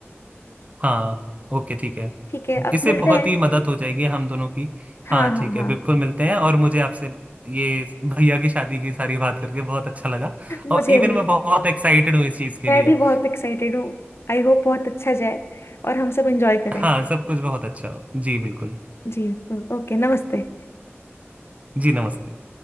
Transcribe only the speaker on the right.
हाँ ओके ठीक है
इससे
बहुत
ही मदद हो जाएगी हम दोनों की
हाँ
ठीक
है बिल्कुल मिलते हैं और मुझे आपसे ये भैया की शादी की सारी बात करके बहुत अच्छा लगा
और इवन
मैं बहुत एक्साइटेड हूँ इस चीज़ के
लिए
हाँ सब कुछ बहुत अच्छा हो जी बिल्कुल
जी नमस्ते